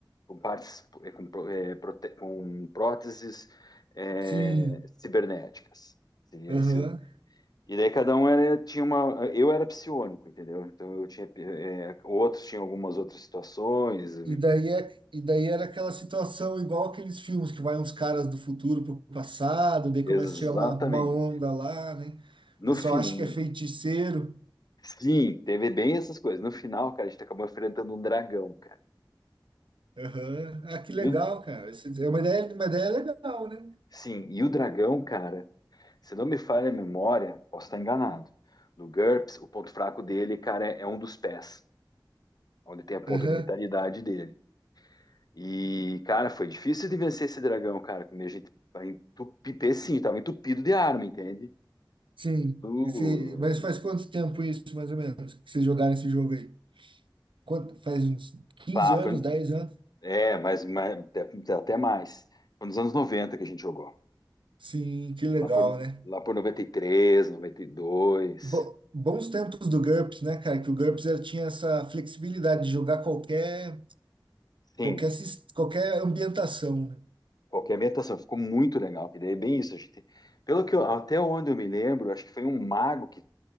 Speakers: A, on the left; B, on the right.
A: com partes, é, com, pró- é, prote- com próteses é,
B: sim,
A: cibernéticas. Seria
B: aham.
A: esse o- E daí cada um era, tinha uma. Eu era psiônico, entendeu? Então eu tinha. é, outros tinham algumas outras situações.
B: E daí, é, e daí era aquela situação igual aqueles filmes que vai uns caras do futuro pro passado, daí
A: Exatamente.
B: começa a tirar uma, uma onda lá, né? O
A: No
B: pessoal
A: fim,
B: acha que é feiticeiro.
A: sim, teve bem essas coisas. No final, cara, a gente acabou enfrentando um dragão, cara.
B: Aham, Ah, que
A: E
B: legal,
A: o,
B: cara. Esse- É uma ideia, uma ideia legal, né?
A: sim, e o dragão, cara, se não me falha a memória, posso estar enganado. No GURPS, o ponto fraco dele, cara, é, é um dos pés, onde tem a ponta
B: Aham,
A: de vitalidade dele. E, cara, foi difícil de vencer esse dragão, cara, que a gente vai entupir, sim, tava entupido de arma, entende?
B: sim.
A: Uh,
B: E você- mas faz quanto tempo isso, mais ou menos, que vocês jogaram esse jogo aí? Quanto, faz uns 15
A: pá,
B: anos,
A: foi,
B: dez anos?
A: é, mas, mas até, até mais. Foi nos anos 90 que a gente jogou.
B: Sim, que legal,
A: Lá por,
B: né?
A: lá por noventa noventa e três noventa e dois
B: Bo- bons tempos do GURPS, né, cara? Que o GURPS ele tinha essa flexibilidade de jogar qualquer, qualquer,
A: Sim,
B: sis- qualquer ambientação, né?
A: Qualquer ambientação, ficou muito legal, que daí é bem isso. A gente, pelo que eu- até onde eu me lembro, acho que foi um mago que,